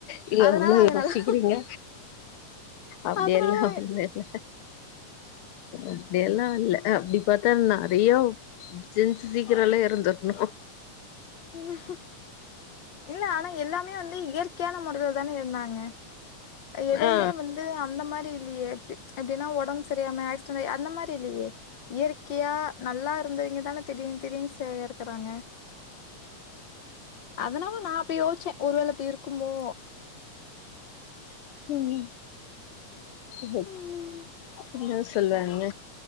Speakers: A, on the left; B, on the left.
A: நீ
B: அதனால
A: எவ்ளோ
B: அவங்க
A: யோசிக்கிறீங்க
B: நல்லா
A: அப்டியெல்லா
B: அதனால
A: ஒன்னு இல்ல அப்படியெல்லா இல்ல அப்பிடி பாத்தா நெறைய ஜென்சு சீக்கிரோல்லா எரந்திறணு
B: உம் இல்ல ஆனா எல்லாமே வந்து இயற்கையான முறையில தானே இருந்தாங்க எதுவுமே
A: ஆ
B: வந்து அந்த மாரி ல்லியே எப்டின்னா ஒடம்பு செரியில்லாம ஆக்சி அந்த மாரி இல்லியே இயற்கையா நல்லா இருந்தவங்க தான திடீர் திடீர்னு செய் எறக்குறாங்க அதனால நா அப்டி யோசிச்ச ஒருவேள அப்டி இருக்குமோ
A: உம் ஹ
B: ம்
A: என்ன சொல்லுவாங்க